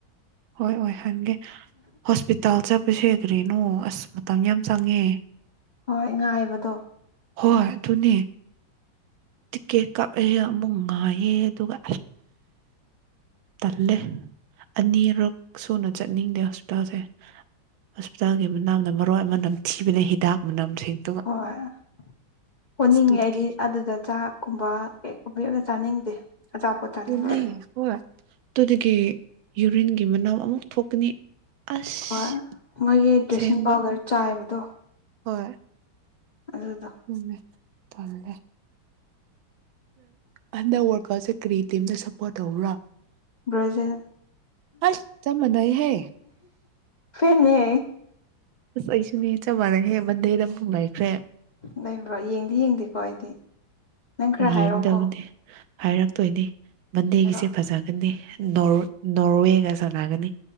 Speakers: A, on the right (about 80°); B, on the left (about 60°).
A: ꯍꯣꯏ ꯑꯣꯏꯍꯟꯒꯦ ꯍꯣꯁꯄꯤꯇꯥꯜ ꯆꯠꯄꯁꯦ ꯀ꯭ꯔꯤꯅꯣ ꯑꯁ ꯃꯇꯝ ꯌꯥꯝ ꯆꯪꯉꯦ
B: ꯍꯣꯏ ꯉꯥꯏꯕꯗꯣ
A: ꯍꯣꯏ ꯑꯗꯨꯅꯦ ꯇꯤꯛꯀꯦꯠ ꯀꯛꯑꯦꯒ ꯑꯃꯨꯛ ꯉꯥꯏꯌꯦ ꯑꯗꯨꯒ ꯇꯜꯂꯦ ꯑꯅꯤꯔꯛ ꯁꯨꯅ ꯆꯠꯅꯤꯡꯗꯦ ꯍꯣꯁꯄꯤꯇꯥꯜꯁꯦ ꯍꯣꯁꯄꯤꯇꯥꯜꯒꯤ ꯃꯅꯥꯝꯗ ꯃꯔꯣꯏ ꯑꯃ ꯅꯝꯊꯤꯕꯅ ꯍꯤꯗꯥꯛ ꯃꯅꯝꯁꯤꯡ
B: ꯍꯣꯏ ꯑꯣꯅꯤꯡꯉꯦ
A: ꯑꯗꯨꯗꯒꯤ
B: ꯑꯩꯗꯤ ꯑꯗꯨꯗ ꯆꯥꯛꯀꯨꯝꯕ ꯀꯩꯒꯨꯝꯕ ꯑꯝꯇ ꯆꯥꯅꯤꯡꯗꯦ ꯑꯆꯥꯄꯣꯠ ꯆꯥꯅꯤꯡꯗꯦ
A: ꯑꯗꯨꯅꯦ ꯍꯣꯏ ꯑꯗꯨꯗꯒꯤ ꯌꯨꯔꯤꯟꯒꯤ ꯃꯅꯥꯎ ꯑꯃꯨꯛ ꯊꯣꯛꯀꯅꯤ ꯑꯁ
B: ꯍꯣꯏ ꯃꯣꯏꯒꯤ ꯗ꯭ꯔꯦꯁꯤꯡ
A: ꯁꯦꯡꯕ
B: ꯄꯥꯎꯗꯔ ꯆꯥꯏꯕꯗꯣ
A: ꯍꯣꯏ
B: ꯑꯗꯨꯗꯣ
A: ꯆꯨꯝꯃꯦ ꯇꯥꯜꯂꯦ ꯍꯟꯗꯛ ꯋꯥꯔꯀꯔꯞꯁꯦ ꯀꯔꯤ ꯇꯤꯝꯗꯥ ꯁꯄꯣꯔꯠ ꯇꯧꯕ꯭ꯔꯣ
B: ꯕꯔ꯭ꯖꯤꯜ
A: ꯑꯁ ꯆꯞ ꯃꯥꯟꯅꯩꯍꯦ
B: ꯐꯦꯟ ꯅꯦ
A: ꯑꯁ ꯑꯩꯁꯨꯅꯦ ꯆꯞ ꯃꯥꯟꯅꯩꯍꯦ ꯃꯟꯗꯦꯗ ꯑꯃꯨꯛ ꯂꯩꯥꯈ꯭ꯔꯦ
B: ꯂꯩꯕ꯭ꯔꯣ ꯌꯦꯡꯗꯤ ꯌꯦꯡꯗꯦꯀꯣ ꯑꯩꯗꯤ ꯅꯪ ꯈꯔ
A: ꯌꯦꯡꯒꯗꯕꯅꯤ
B: ꯍꯥꯏꯔꯛꯑꯣꯀꯣ
A: ꯍꯥꯏꯔꯛꯇꯣꯏꯅꯤ ꯃꯟꯗꯦꯒꯤꯁꯦ
B: ꯍꯥꯏꯔꯛꯑꯣ
A: ꯐꯖꯒꯅꯤ ꯅꯣꯔ ꯅꯣꯔꯋꯦꯒ ꯁꯥꯟꯅꯒꯅꯤ